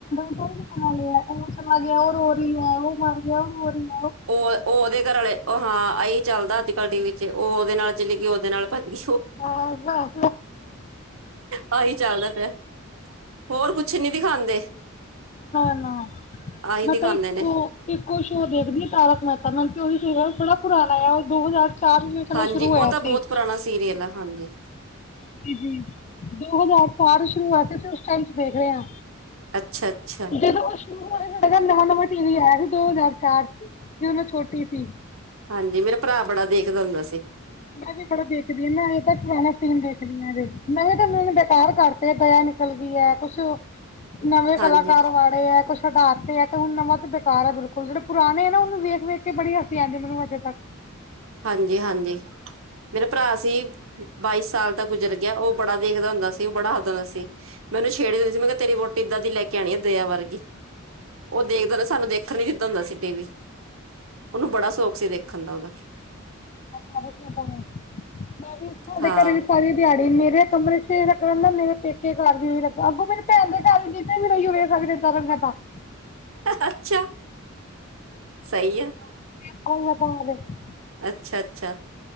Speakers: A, on the left; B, on the right.
A: ਚਲਾ ਗਿਆ, ਓ ਰੋ ਰੀ ਐ, ਓ ਮਰ ਗਿਆ ਰੋ ਰਹੀ ਏ।
B: ਓ ਓ ਉਹਦੇ ਘਰ ਵਾਲੇ ਓ ਹਾਂ ਆਈ ਚੱਲਦਾ ਅੱਜ ਕੱਲ੍ਹ ਟੀ ਵੀ ਚ ਓ ਓਦੇ ਨਾਲ ਚਲੀ ਗਈ ਓਦੇ ਨਾਲ ਭੱਜਗੀ।
A: <inaudible> <unintelligible> ਨਾ
B: ਆਹੀ ਚੱਲਦਾ ਪਿਆ ਹੋਰ ਕੁਛ ਨੀ ਦਿਖਾਉਂਦੇ
A: ਨਾ
B: ਆਹੀ
A: ਮ
B: ਦਿਖਾਉਂਦੇ
A: ਤਾਂ ਇੱਕੋ
B: ਨੇ
A: ਇੱਕੋ ਸ਼ੋਅ ਦੇਖਦੀ ਆ ਤਾਰਕ ਮੈਤਾ ਮਨੂੰ ਤੇ ਓਹੀ ਸੀਰੀਅਲ ਬੜਾ ਪੁਰਾਣਾ ਆ ਉਹ ਦੋ ਹਜ਼ਾਰ ਚਾਰ ਮੀਨੇ ਪਹਿਲਾਂ
B: ਹਾਂਜੀ
A: ਸ਼ੁਰੂ ਹੋਇਆ
B: ਉਹ ਤਾਂ ਬਹੁਤ
A: ਸੀ।
B: ਪੁਰਾਣਾ ਸੀਰੀਅਲ ਆ ਹਾਂਜੀ
A: ਦੋ ਹਜਾਰ ਚਾਰ ਚ ਸ਼ੁਰੂ ਹੋਇਆ ਸੀ ਅਸੀ ਉਸ ਟਾਈਮ ਚ ਦੇਖ ਰਹੇ ਆ।
B: ਅੱਛਾ-ਅੱਛਾ
A: ਜਦੋਂ ਓ ਸ਼ੁਰੂ ਹੋਇਆ ਸੀ ਸਾਡੇ ਘਰ ਨਵਾਂ-ਨਵਾਂ ਟੀ ਵੀ ਆਇਆ ਸੀ ਦੋ ਹਜ਼ਾਰ ਚਾਰ ਚ ਜਦੋਂ ਮੈਂ ਛੋਟੀ ਸੀ।
B: ਹਾਂਜੀ ਮੇਰਾ ਭਰਾ ਬੜਾ ਦੇਖਦਾ ਹੁੰਦਾ ਸੀ।
A: ਮੈਂ ਵੀ ਬੜਾ ਦੇਖਦੀ ਆ ਮੈ ਅਜੇ ਤਕ ਪੁਰਾਣਾ ਸੀਨ ਦੇਖਦੀ ਆ ਏਦੇ ਚ ਨਵੇਂ ਤਾਂ ਉਹ ਬੇਕਾਰ ਕਰਤ ਤੇ ਦਯਾ ਨਿਕਲ ਗੀ ਐ ਕੁਛ ਨਵੇਂ
B: ਹਾਂਜੀ
A: ਕਲਾਕਾਰ ਵਾੜੇ ਐ ਕੁਛ ਹਟਾ ਤੇ ਐ ਤੇ ਹੁਣ ਨਵਾਂ ਤੇ ਬੇਕਾਰ ਐ ਬਿਲਕੁਲ ਜਿਹੜੇ ਪੁਰਾਣੇ ਨੇ ਨਾ ਉਨੂੰ ਵੇਖ-ਵੇਖ ਬੜੀ ਹਸੀ ਆਉਦੀ ਮੈਨੂੰ ਅਜੇ ਤੱਕ।
B: ਹਾਂਜੀ ਹਾਂਜੀ ਮੇਰਾ ਭਰਾ ਸੀ ਬਾਈ ਸਾਲ ਦਾ ਗੁਜ਼ਰ ਗਿਆ। ਉਹ ਬੜਾ ਦੇਖਦਾ ਹੁੰਦਾ ਸੀ। ਉਹ ਬੜਾ ਹੱਸਦਾਂ ਹੁੰਦਾ ਸੀ। ਮੈ ਓਨੂੰ ਛੇੜ ਹੁੰਦੀ ਸੀ ਮੈਂ ਕਿਆ ਤੇਰੀ ਵਹੁਟੀ ਇੱਦਾਂ ਦੀ ਲੈ ਕੇ ਆਉਣੀ ਆ ਦਿਆ ਵਰਗੀ। ਓ ਦੇਖਦਾ ਹੁੰਦਾ ਸੀ ਸਾਨੂੰ ਦੇਖਣ ਨੀ ਦਿੰਦਾ ਹੁੰਦਾ ਸੀ ਟੀ ਵੀ। ਓਨੂੰ ਬੜਾ ਸ਼ੌਕ ਸੀ ਦੇਖਣ ਦਾ ਓਦਾ।
A: ਮੈਂ ਵੀ ਸਾਡੇ
B: ਹਾਂ
A: ਘਰੇ ਵੀ ਸਾਰੀ ਦਿਹਾੜੀ ਮੇਰੇ ਕਮਰੇ ਚ ਆਹੀ ਲਗਾ ਰਹਿੰਦਾ ਮੇਰੇ ਪੇਕੇ ਘਰ ਵੀ ਏਈਓ ਲਗਾ ਅੱਗੋਂ ਮੇਰੀ ਭੈਣ ਦੇ ਘਰ ਜੀਜਾ ਵੀ ਏਹੀਓ ਵੇਖ ਸਕਦੇ। <unintelligible>
B: ਅੱਛਾ ਸਈ ਆ।
A: <unintelligible>
B: ਅੱਛਾ ਅੱਛਾ